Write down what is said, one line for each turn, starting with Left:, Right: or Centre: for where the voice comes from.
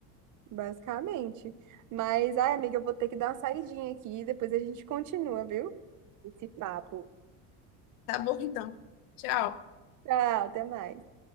Right: basicamente. Mas, ai, amiga, eu vou ter que dar uma saidinha aqui. Depois a gente continua, viu? Esse papo.
Left: Tá bom, então. Tchau.
Right: Tchau, até mais.